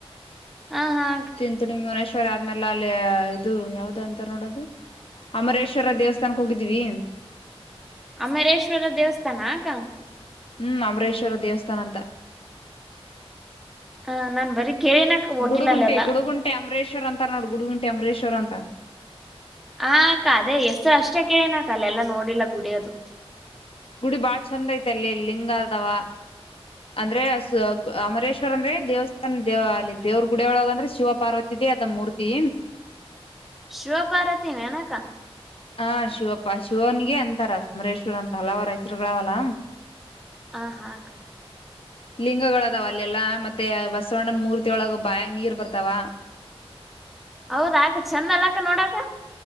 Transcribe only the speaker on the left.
ತಿಂತೀನಿ ್ವ ಆದ್ಮೇಲೆ ಅಲ್ಲಿ ಇದು ಯಾವ್ದ ಅಂತ ನೋಡೋದು ಅಮರೇಶ್ವರ ದೇವಸ್ಥಾನಕ್ಕೆ ಹೋಗಿದೀವಿ
ಹೂ ಅಂಬರೇಶ್ವರ ದೇವಸ್ಥಾನ ಅಂತ
ಗುಡುಗುಂಟಿ
ಗುಡುಗುಂಟಿ ಅಂಬರೀೇಶ್ ್ವರ್ ಅಂತ ನೋ ಗುಡುಗಂಟೆ ಅಂಬರೇಶ್ವರ್ ಅಂತ
ಗುಡಿ ಬಾಳ್ ಚಂದ ಐತ ಅಲ್ಲಿ ಲಿಂಗ ಆದವ ಅಂದ್ರೆ ಅ ಅಮರೇಶ್ವರ್ ಅಂದ್ರೆ ದೇವಸ್ಥಾನ ದೇವ ಅಲ್ಲಿ ದೇವ್ರ ಗುಡಿಯ ಒಳಗೆ ಅಂದ್ರೆ ಶಿವ ಪಾರ್ವತಿ ಇದೇ ಅದ ಮೂರ್ತಿ
ಹಾ ಶಿವಪ್ಪಾ ಶಿವನಿಗೆ ಅಂತಾರ ಅರೇಶ್ವರ್ ಅಂತ ಹಲವಾರ ಹೆಸ್ರುಗಳಾವಲ್ಲ
ಲಿಂಗಗಳದಾವ ಅಲ್ಲೆಲ್ಲಾ ಮತ್ತೆ ಬಸವಣ್ಣನ ಮೂರ್ತಿೊಳಗ ಬ್ಯ ನೀರ್ ಬರ್ತಾವ